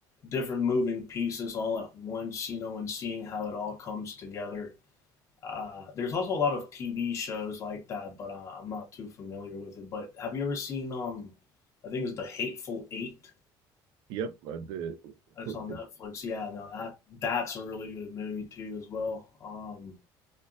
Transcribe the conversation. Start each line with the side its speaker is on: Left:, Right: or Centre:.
Left: different moving pieces all at once, you know, and seeing how it all comes together. Uh, there's also a lot of TV shows like that, but uh, I'm not too familiar with it. But have you ever seen um I think it's The Hateful Eight?
Right: Yep, I did.
Left: That's
Right: <laughs>
Left: on Netflix. Yeah, no, that that's a really good movie too as well. Um